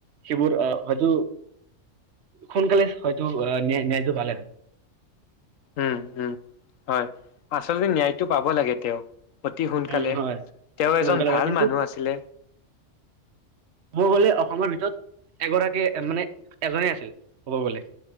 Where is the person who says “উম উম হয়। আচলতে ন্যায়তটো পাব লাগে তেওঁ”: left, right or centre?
Left